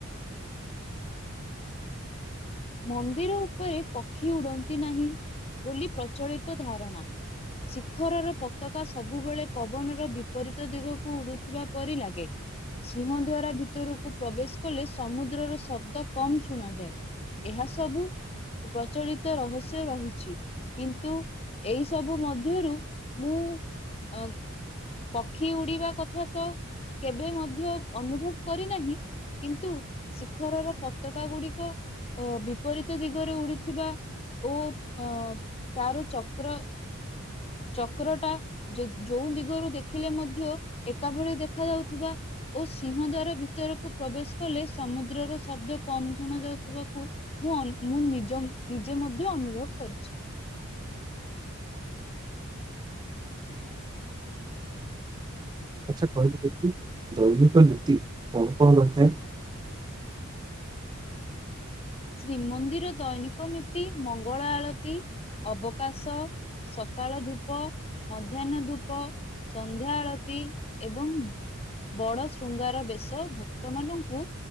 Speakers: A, on the left; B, on the right.
A: <inaudible> ମନ୍ଦିର ଉପରେ ପକ୍ଷୀ ଉଡନ୍ତି ନାହିଁ ବୋଲି ପ୍ରଚଳିତ ଧାରଣା ଶିଖରର ପତାକା ସବୁବେଳେ ପବନର ବିପରୀତ ଦିଗକୁ ଉଡୁଥିବା ପରି ଲାଗେ। ସିଂହ ଦ୍ୱାରା ଭିତରକୁ ପ୍ରବେଶ କଲେ ସମୁଦ୍ରର ଶବ୍ଦ କମ୍ ଶୁଣାଯାଏ। ଏହା ସବୁ ପ୍ରଚଳିତ ରହସ୍ୟ ରହିଛି। କିନ୍ତୁ ଏଇ ସବୁ ମଧ୍ୟରୁ ମୁଁ ଅ ପକ୍ଷୀ ଉଡିବା କଥା ତ କେବେ ମଧ୍ୟ ଅନୁଭବ କରିନାହିଁ କିନ୍ତୁ ଶିଖରର ପତାକା ଗୁଡିକ ଅ ବିପରୀତ ଦିଗରେ ଉଡିଥିବା ଓ ଅ ତାର ଚକ୍ର ଚକ୍ରଟା ଯୋଉ ଦିଗରୁ ଦେଖିଲେ ମଧ୍ୟ ଏକା ଭଳି ଦେଖାଯାଉଥିବା। ଓ ସିଂହ ଦ୍ୱାର ଭିତରକୁ ପ୍ରବେଶ କଲେ, ସମୁଦ୍ରର ଶବ୍ଦ କମ ଶୁଣା ଯାଉଥିବା ମୁଁ ନିଜେ ମଧ୍ୟ ଅନୁଭବ କରିଛି। <inaudible>
B: ଆଛା କହିଲି ଦେଖି ଦୈନିକ ନୀତି କଣ କଣ ରହିଥାଏ?
A: <inaudible> ଶ୍ରୀମନ୍ଦିର ଦୈନିକ ନୀତି ମଙ୍ଗଳ ଆଳତି ଅବକାଶ, ସକାଳ ଧୂପ, ମଧ୍ୟାହ୍ନ ଧୂପ ସନ୍ଧ୍ୟା ଆଳତି ଏବଂ ବଡ ଶୃଙ୍ଗାର ବେଶ ଭକ୍ତ ମାନଙ୍କୁ